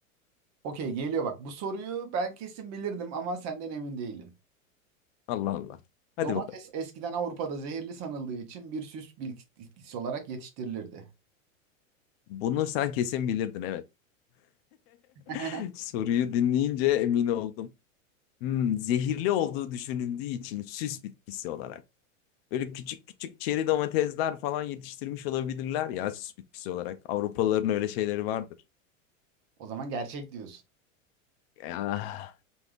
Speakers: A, on the right; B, on the left.
A: Okey geliyor bak. Bu soruyu ben kesin bilirdim ama senden emin değilim.
B: <laughs> Allah Allah. Hadi
A: Domates
B: bakalım.
A: eskiden Avrupa'da zehirli sanıldığı için bir süs bitkisi olarak yetiştirilirdi.
B: Bunu sen kesin bilirdin evet.
A: <laughs>
B: <laughs> Soruyu dinleyince emin oldum. Hmm, zehirli olduğu düşünüldüğü için süs bitkisi olarak. Böyle küçük küçük çeri domatesler falan yetiştirmiş olabilirler ya süs bitkisi olarak. Avrupalıların öyle şeyleri vardır.
A: O zaman gerçek diyorsun.
B: Ah,